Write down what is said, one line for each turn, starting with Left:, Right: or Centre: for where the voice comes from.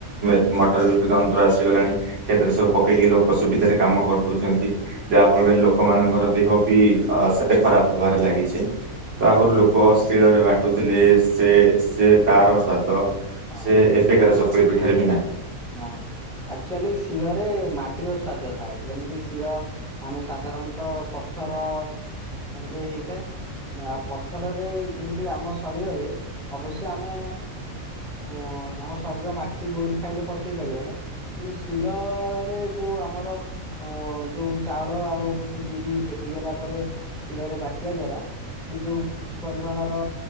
Right: ମେଟ ମଟର ଯୁକ୍ତି ଯନ୍ତ୍ର ଆସିଗଲାଣି ସେଥିରେ ସବୁ ପକେଇକି ଲୋକ ସୁବିଧାରେ କାମ କରିଦଉଛନ୍ତି ଯାହା ଫଳରେ ଲୋକମାନାନଙ୍କର ଦେହ ବି ଅ ସେତେ ଖରାପ ହବାରେ ଲାଗିଛି
Centre: ହଁ
Right: ତ ଆଗରୁ ଲୋକ ଶୀଳରେ ବାଟୁଥିଲେ ସେ ସେ ତାର ସ୍ଵାଦ
Centre: ହଁ।
Right: ସେ ଏ ଏକାର ଚକୁଳି ପିଠାରେ ବି ନାହିଁ।
Centre: ନାଇଁ ଆକ୍ଚୁଆଲି ଶିଳରେ ମାଟିର ସ୍ଵାଦ ଥାଏ ଯେମିତି ଶିଳ ଆମେ ସାଧାରଣତଃ ପଥର ରେ ହେଇଥାଏ। ଆଉ ପଥରରେ ଯେମିତି ଆମ ଶରୀରରେ। ଅବଶ୍ୟ ଆମେ ଉଁ ଆମ ଶରୀର ମାଟି ଗୋଡି ଖାଇଲେ ପଚେଇ ପାରିବନି। ନ୍ତୁ ଶିଳରେ ଯୋଉ ଆମର ଅ ଯୋଉ ଚାଉଳ ଆଉ ହୋଉଛି ବିରି ଭେଦି ଗଲା ପରେ ଶିଳରେ ବାଟିବା ଦ୍ଵାରା ସେ ଯୋଉ କିଛି ପରିମାଣର